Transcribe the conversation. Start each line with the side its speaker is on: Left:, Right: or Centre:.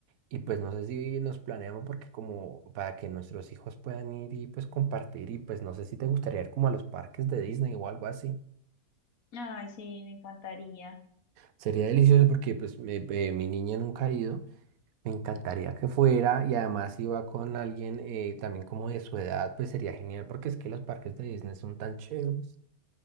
Right: Y pues no sé si nos planeamos porque como para que nuestros hijos puedan ir y pues compartir y pues no sé si te gustaría ir como a los parques de Disney o algo así.
Left: Ay, sí, me encantaría.
Right: Sería delicioso porque pues me- eh, mi niña nunca ha ido, me encantaría que fuera y además si va con alguien eh, también como de su edad, pues sería genial porque es que los parques de Disney son tan chéveres. <laughs>